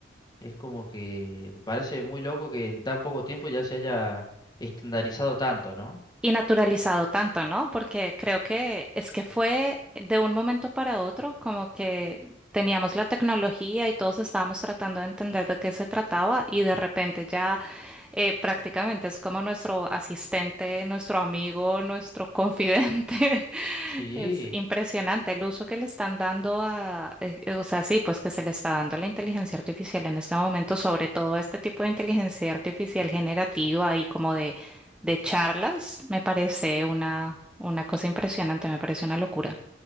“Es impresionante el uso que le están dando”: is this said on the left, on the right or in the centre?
Centre